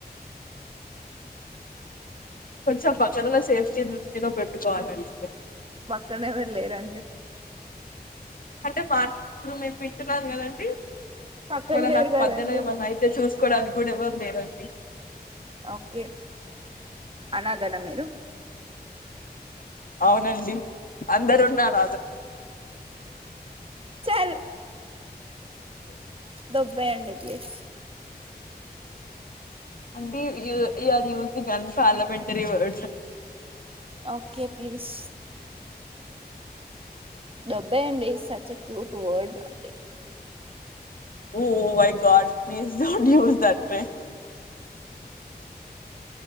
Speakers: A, on the left; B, on the right.
A: కొంచెం పక్కనల సేఫ్టీ దృష్టిలో పెట్టుకోవాలండి
B: పక్కన ఎవరు లేరండి
A: అంటే మార్చప్పుడు మేము వింటున్నాం కదండి
B: పక్కన
A: మళ్ళ
B: లేరు
A: నాకు
B: కదండి
A: మధ్యలో ఏమన్నా అయితే చూసుకోవడానికి ఇక్కడ ఎవరు లేరండి
B: ఓకే అనాదనా మీరు
A: అవునండి అందరు ఉన్నార
B: చల్ దొబ్బెయండి ప్లీజ్
A: అండి you are using on parliamentary word
B: okay please దొబెయ్ అండి సచ్ ఎ క్యూట్ వర్డ్ అండి
A: oh my god please don't use that ర్రే